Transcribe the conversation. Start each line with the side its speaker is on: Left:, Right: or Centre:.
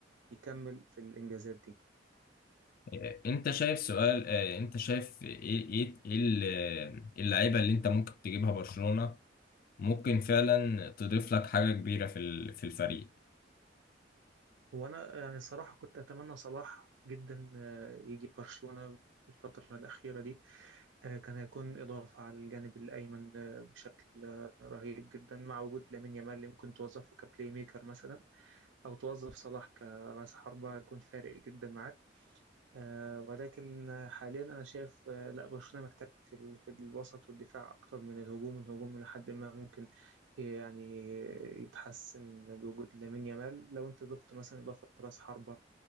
Right: يكمل في الإنجازات دي
Left: إيه- أنت شايف سؤال إيه، أنت شايف إيه إيه إيه ال- اللعيبة اللي أنت ممكن تجيبها برشلونة ممكن فعلا تضيف لك حاجة كبيرة في ال- في الفريق
Right: هو أنا يعني الصراحة كنت أتمنى صلاح جدا آه، يجي برشلونة الفترة الأخيرة دي آه، كان هيكون إضافة على الجانب الأيمن آه، بشكل آه، رهيب جدا مع وجود لامين يامال اللي ممكن توظفه كبلاي ميكر مثلا أو توظف صلاح كرأس حربة يكون فارق جدا معاه آه، ولكن آه، حاليا انا شايف آه، لا برشلونه محتاج في ال- في الوسط والدفاع اكتر من الهجوم الهجوم لحد ما ممكن يعني يتحسن بوجود لامين يامال لو انت ضفت مثلا اضافه راس حربه